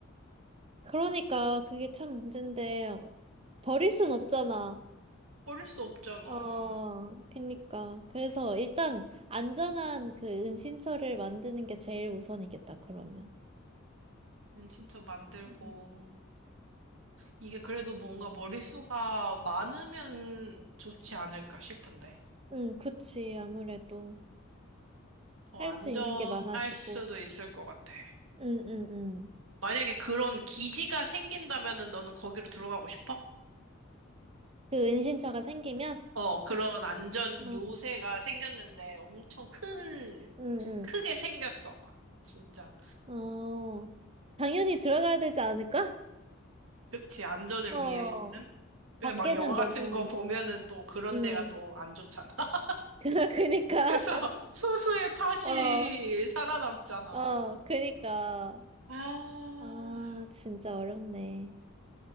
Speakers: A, on the right; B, on the right.
A: 그러니까 그게 참 문제인데 어, 버릴 순 없잖아.
B: 버릴 수 없잖아.
A: 어, 그니까. 그래서 일단 안전한 그 은신처를 만드는 게 제일 우선이겠다, 그러면.
B: 음, 진짜 만들고.
A: 음.
B: 이게 그래도 뭔가 머리수가 많으면 좋지 않을까 싶은데.
A: 응, 그치. 아무래도
B: 더
A: 할
B: 안전할
A: 수 있는 게 많아지고.
B: 수도 있을 것 같아.
A: 응, 응, 응.
B: 만약에 그런 기지가 생긴다면은 너는 거기로 들어가고 싶어?
A: 그 은신처가 생기면?
B: 어, 그런 안전
A: 어,
B: 요새가 생겼는데 엄청 큰,
A: 응,
B: 크게 생겼어, 막. 진짜.
A: 응. 어, 당연히 들어가야 되지 않을까?
B: 그치, 안전을
A: 어,
B: 위해서는. 근데
A: 밖에는
B: 막 영화 같은
A: 너무,
B: 거 보면은 또 그런
A: 응,
B: 데가 또 안 좋잖아. <laughs>
A: <laughs> 그니까.
B: 그래서 소수의 팥이
A: 어.
B: 살아남잖아.
A: 어, 그니까.
B: 아,
A: 아, 진짜 어렵네.